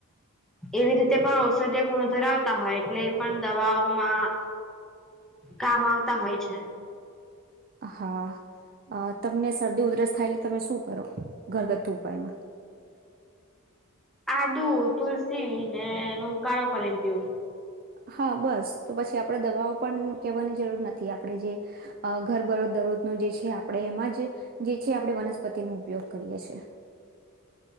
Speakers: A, in the centre; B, on the right.
A: એવી રી તે પણ ઔષધ્ય ગુણ ધરા વતા હોય એટલે એ પણ દવાઓમાં કામ આવતા હોય છે.
B: હા અ તમને શરદી ઉધરસ થાય એટલે તમે શું કરો ઘરગથ્થુ ઉપાયમાં?
A: આદુ, તુલસીને એનો ઉકાળો કરીન પીવું.
B: હા બસ તો પછી આપડે દવાઓ પન કહેવાની જરૂર નથી આપડે જે અ ઘર બરોજ દરોજનું જે છે આપડે એમાં જે જે છે આપડે વનસ્પતિનો ઉપયોગ કરીએ છીએ.